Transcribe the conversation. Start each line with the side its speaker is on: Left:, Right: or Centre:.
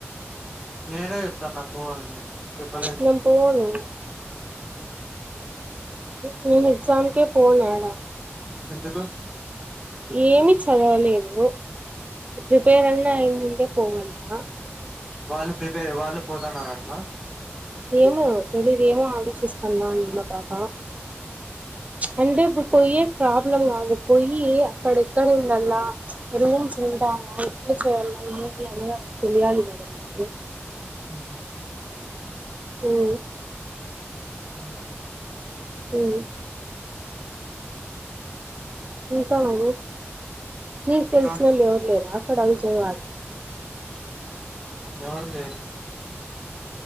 Centre: నేనే చెప్తానా పో అని వర
Right: నేను పోను నేను ఎక్జామికే పోనాడా
Centre: ఎందుకు
Right: ఏమి చదవలేదు ప్రిపేర్ అన్నా అయిందంటే పోగడా
Centre: వాళ్ళు ప్రిపేర్ వాళ్ళు పోతున్నారడి ఆ
Right: ఏమో తెలిద ఏమో ఆలోచిస్తున ఇన్న పాప అంటే ఇప్ పొయ్యే ప్రాబ్లం కాదు పొయ్యి అక్కడ ఎక్కడ ఉండలా రూమ్స్ ఉంటా ఎక్కడ చేయాల ఏమి అని తెలియాలి కద మడి
Centre: ఉహం
Right: హ్మ్
Centre: హ్మ్
Right: హ్మ్ తాగు నీకు తెల్సినోళ్లు
Centre: ఇంకా
Right: ఎవరూలేరా కడ విజయ వాడ
Centre: ఎవరు లేరు